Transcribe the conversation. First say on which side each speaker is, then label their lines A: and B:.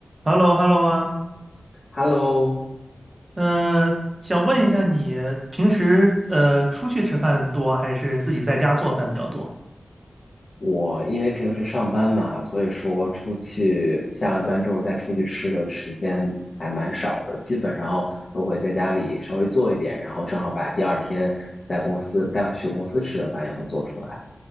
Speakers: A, on the right; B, on the left.
A: h e l l o h e l l o 啊，
B: Hello，
A: 呃，想问一下你平时呃出去吃饭多还是自己在家做饭比较多？
B: 我因为平时上班嘛，所以说出去下了班之后再出去吃的时间还蛮少的，基本上都会在家里稍微做一点，然后正好把第二天在公司带回去公司吃的饭也会做出来。